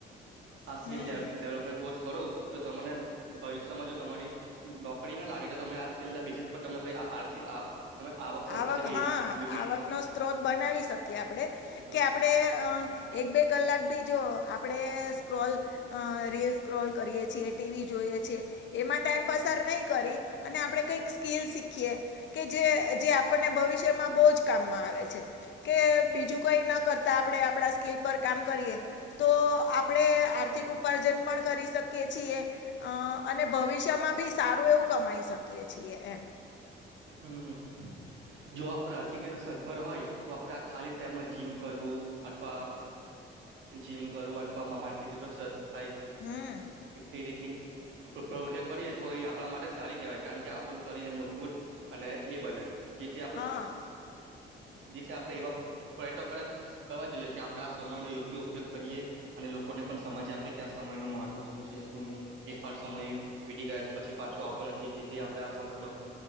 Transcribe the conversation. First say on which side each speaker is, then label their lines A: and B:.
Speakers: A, on the right; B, on the left.
A: આ
B: હમ
A: કો કરો તો તને ભવિષ્યમાં જો તમારી નોકરી ના લાગે તો તમે આ છેલ્લા વિશેષ પર તમે કઈ આર્થિક તમે સરળતાથી
B: આવક
A: મેળવી
B: હા આવકનોો
A: શકો
B: સ્ત્રોત બનાવી શકીએ આપડે
A: છો.
B: કે આપણેે એક બે કલાક બી જો આપડે સ્ક્રોલ અ રીલસ ક્રોલ કરીએ છીએ ટીવી જોઈએ છે. એમાં ટાઈમ પસાર નહી કરી અને આપણે કઈક સ્કીલ શીખીએ કે જે જે આપણને ભવિષ્યમાં બહુ જ કામમાં આવે છે કે બીજું કઈ ન કર આપડે આપણા સ્કેલ પર કામ કરીએ તો આપણે આર્થિક ઉપાર્જન પણ કરી શકીએ છીએ અ અને ભવિષ્યમાં બી સારું એવું કમાઈ શકીએ છીએ એમ
A: હમ જો આપણે આથિક રીતે સગભર હોય તો આપણે આ ખાલી ટાઈમમાં જીમ કરવું અથવા જીમ કરું અથવા માનસિક સ થાય
B: હમ
A: કઈ રીતની પ્રવૃત્તિ કરીએ તો એ આપણા માટે સારી કહેવાય કારણ કે આપણું શરીર એ મજબૂત અને એ બને જેથી આપણે
B: હા
A: જેથી આપણેે એવા પ્રયટન કરક કરવા જોઈએ કે આપણેે આ સમય નો યોગ્ય ઉપયોગ કરીએ અને લોકોને પણ સમજ આપે કે આ સમય ન મહત્વ શું છે શું નહી એક પાઠ સમય વીતી ગયા છે પછી પાછો આવતો નથી જેથી આપડે સમય ન